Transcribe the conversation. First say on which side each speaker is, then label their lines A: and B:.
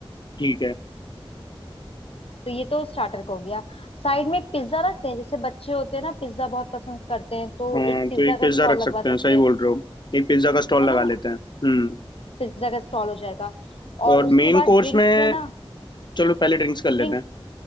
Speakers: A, on the left; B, on the left.
A: ठीक है
B: तो ये तो स्टार्टर का हो गया साइड में एक पिज्जा रखते हैं जैसे बच्चे होते हैं ना पिज्जा बहुत पसंद करते हैं तो
A: हाँ
B: एक पिज्जा
A: तो एक
B: का
A: पिज्ज़ा
B: स्टॉल
A: रख सकते
B: लगवा सकते
A: हैं सही
B: हैं
A: बोल रहे हो एक पिज्ज़ा का स्टॉल
B: है
A: लगा
B: ना
A: लेते हैं हम्म
B: पिज्जा का स्टॉल हो जाएगा और
A: और
B: उसके
A: मेन
B: बाद
A: कोर्स
B: ड्रिंक्स
A: में
B: में ना
A: चलो पहले ड्रिंक्स कर
B: ड्रिंक्स
A: लेते हैं